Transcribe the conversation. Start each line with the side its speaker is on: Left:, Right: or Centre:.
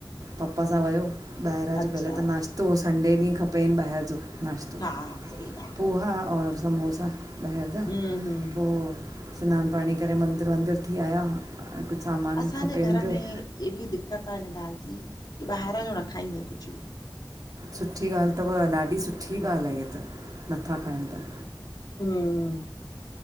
Right: पपा सां वयो ॿाहिरां
Left: अच्छा
Right: जो पहले त नाश्तोओ संडे ॾींहुं खपेनि ॿाहिरि जो। नशतो
Left: हा सही आहे
Right: पोहा और समोसा। ॿाहिरि जा
Left: हम्म हम्म
Right: पो स्नान पाणी करे मंदीर वंदरु थी आया। कुझु सामान
Left: असांजे
Right: खपेनि
Left: घर
Right: पियो
Left: में एहिड़ी दिकक्त दिकक्त आ कि हिन ॻाल्हि जी की ॿाहिरां जो न खाईंदे कुछ बि।
Right: सुठी ॻाल्हि तव, ॾाढी सुठी ॻाल्हि आहे ईअ त, नथा खाइनि त।
Left: हुं।